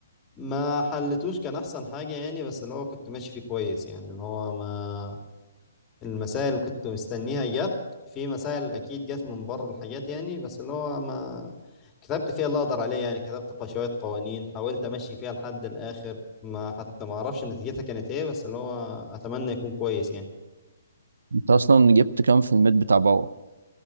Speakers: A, on the left; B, on the right.
A: ما حلتوش كان احسن حاجة يعني بس اللي هو كنت ماشي فيه كويس يعني اللي هو ما المسائل اللي كنت مستنيها جت في مسائل اكيد جت من بره الحاجات يعني بس اللي هو ما كتبت فيها اللي اقدر عليه يعني كتبت ق- شوية قوانين حاولت امشي فيها لحد الاخر ما حتى ما اعرفش نتيجتها كانت ايه بس اللي هو اتمنى يكون كويس يعني
B: انت اصلا جبت كام في الميد بتاع باور